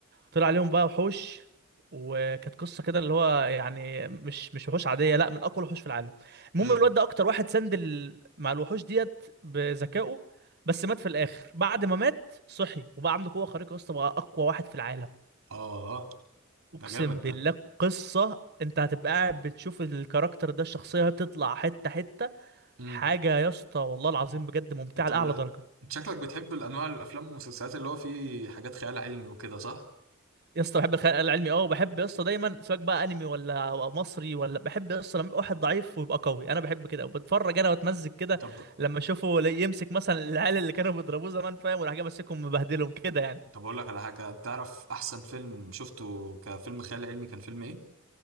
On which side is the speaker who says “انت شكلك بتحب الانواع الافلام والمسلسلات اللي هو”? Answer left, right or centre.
Right